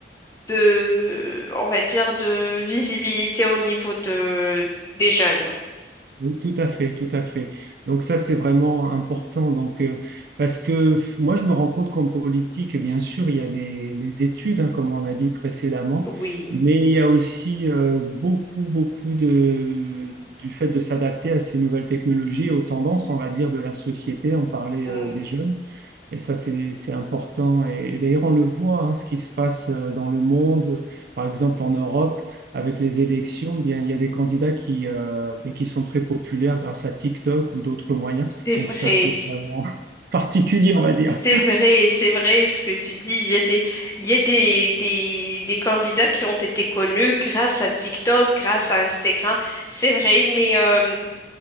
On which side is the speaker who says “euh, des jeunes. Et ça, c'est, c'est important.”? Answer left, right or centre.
Right